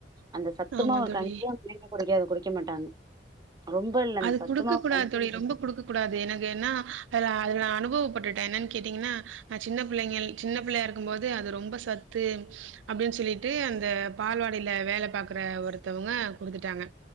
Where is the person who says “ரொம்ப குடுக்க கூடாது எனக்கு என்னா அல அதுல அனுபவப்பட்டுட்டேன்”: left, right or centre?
Right